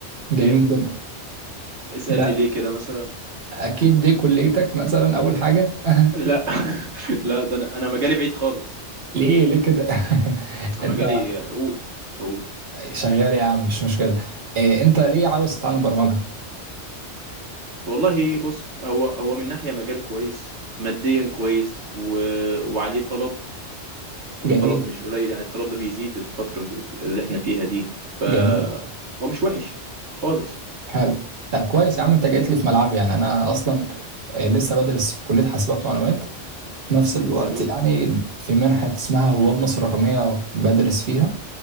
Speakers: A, on the right; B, on the right.
A: جميل
B: ليه؟
A: جدا
B: اسألني
A: ده
B: ليه كده مثلا
A: اكيد دي كليتك مثلا اول حاجه <laughs>
B: لا <laughs> لا ده أنا أنا مجالي بعيد خالص
A: ليه ليه كده <laughs>
B: أنا
A: انت
B: مجالي حقوق حقوق
A: شغال يا عم مش مشكله أه انت ليه عاوز تتعلم برمجه
B: والله بص هو هو من ناحية مجال كويس ماديا كويس و... وعليه طلب والطلب
A: جميل
B: مش قليل يعني الطلب ده بيزيد الفترة اللي احنا فيها دي فهو
A: جميل
B: مش وحش خالص
A: حلو طب كويس يا عم انت جيت لي في ملعبي يعني انا اصلا أه لسه بدرس في كليه حاسبات ومعلومات في نفس الوقت
B: جميل
A: يعني في منحة اسمها رواد مصر الرقمية بدرس فيها